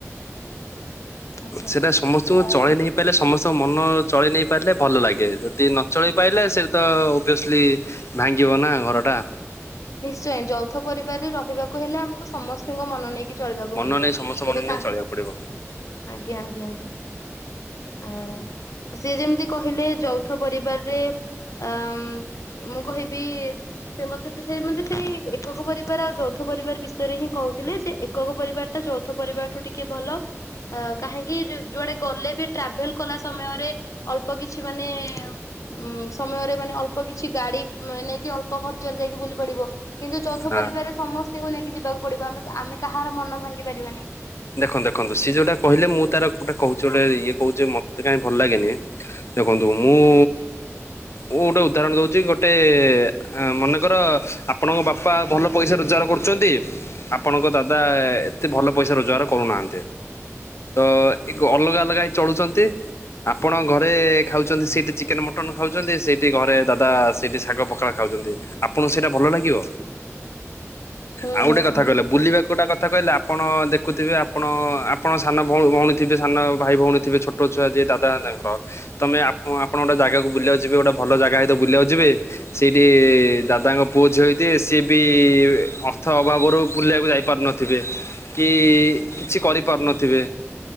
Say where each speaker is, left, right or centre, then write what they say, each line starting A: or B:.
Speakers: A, on the left; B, on the left.
A: ଆଚ୍ଛା
B: ସେଟା ସମସ୍ତଙ୍କୁ
A: ଆ
B: ଚଳେଇ ନେଇ ପାଇଲେ ସମସ୍ତ୍ ତ ମନ ଚଳେଇ ନେଇ ପାରିଲେ ଭଲ ଲାଗେ ଯଦି ନ ଚଳେଇ ପାରିଲେ ସେଠିତ ଓଭିୟସଲି ଭାଙ୍ଗିବ ନା ଘରଟା
A: ନିଶ୍ଚୟ, ଯୌଥ ପରିବାରରେ ରହିବାକୁ ହେଲେ ଆମକୁ ସମସ୍ତଙ୍କ ମନ ନେଇକି ଚଳିବାକୁ
B: ମନ
A: ପଡିବ
B: ନେଇ ସମସ୍ତ ମନ
A: କେବେ
B: ନେଇ
A: ତାଁ
B: ଚଳିବାକୁ ପଡିବ
A: ଆଜ୍ଞା ଆଜ୍ଞା ଆଜ୍ଞା ଆ ସେ ଯେମିତି କହିଲେ ଯୌଥ ପରିବାରରେ ଅ ଅ ଅମ୍ ମୁଁ କହିବି ସେ ମତେ ସି ସେ ମତେ ସେଇ ଏକକ ପରିବାର ଆଉ ଯୌଥ ପରିବାର ବିଷୟରେ ହିଁ କହୁଥିଲେ ଯେ ଏକକ ପରିବାରଟା ଯୌଥ ପରିବାରଠୁ ଟିକେ ଭଲ ଅ କାହିଁକି ଯୁଆଡେ ଗଲେ ବି ଟ୍ରାଭେଲ କଲା ସମୟରେ ଅଳ୍ପ କିଛି ମାନେ ଉଁ ଉଁ ସମୟରେ ମାନେ ଅଳ୍ପ କିଛି ଗାଡି ନେଇକି ଅଳ୍ପ ଖର୍ଚ୍ଚରେ ଯାଇକି ବୁଲି ପଡିବ। କିନ୍ତୁ ଯୌଥ
B: ହଁ।
A: ପରିବାରରେ ସମସ୍ତ୍ <unintelligible> ଯିବାକୁ ପଡିବ ଆମେ ଆମେ କାହାର ମନ ଭାଙ୍ଗି ପାରିବାନି।
B: ଦେଖନ୍ତୁ ଦେଖନ୍ତୁ ସିଏ ଯୋଉଟା କହିଲେ ମୁଁ ତାର ଗୋଟେ କହୁଛି ଗୋଟେ ଇଏ କହୁଛି ମତେ କାହିଁ ଭଲ ଲାଗେନି, ଦେଖନ୍ତୁ ମୁଁଉଉ ମୁଁ ଗୋଟେ ଉଦାହରଣ ଦଉଛି ଗୋଟେ ମନେକର ଆପଣଙ୍କ ବାପା ଭଲ ପଇସା ରୋଜଗାର କରୁଛନ୍ତି ଆପଣଙ୍କ ଦାଦା ଏତେ ଭଲ ପଇସା ରୋଜ୍ ଗାର କରୁ ନାହାନ୍ତି, ତ ଏ ଅଲଗା ଅଲଗା ହେଇ ଚଳୁଛନ୍ତି, ଆପଣ ଘରେ ଖାଉଛନ୍ତି ସେଇଠି ଚିକେନ୍ ମଟନ୍ ଖାଉଛନ୍ତି ସେଇଠି ଘରେ ଦାଦା ସେଇଠି ଶାଗ ପଖାଳ ଖାଉଛନ୍ତି, ଆପଣଙ୍କୁ ସେଇଟା ଭଲ ଲାଗିବ?
A: ହୁଁ
B: ଆଉ ଗୋଟେ
A: ହୁଁ
B: କଥା
A: ହୁଁ
B: କହିଲ ବୁଲିବାକୁ ଗୋଟେ କଥା କହିଲା। ଆପଣ ଦେଖ୍ ଦେଖୁଥିବେ ଆପଣ ଆପଣ ସାନ ଭଉ ଭଉଣୀ ଥିବେ ସାନ ଭାଇ ଭଉଣୀ ଥିବେ ଛୋଟ ଛୁଆ ଯିଏ ଦାଦା ତାଙ୍କର ତମେ ଆପ୍ ଆପଣ ଗୋଟେ ଜାଗାକୁୁ ବୁଲିବାକୁ ଯିବେ ଭଲ ଜାଗା ହେଇଥିବ ବୁଲିବାକୁ ଯିବେ ସେଇଠିଇଇ ଦାଦାଙ୍କ ପୁଅ ଝିଅ ହେଇଥିବେ ସିଏ ବି ଅର୍ଥ ଅଭାବରୁ ବୁଲିବାକୁ ଯାଇ ପାରୁନଥିବେ କି କିଇଇ କିଛି କରିପାରୁନଥିବେ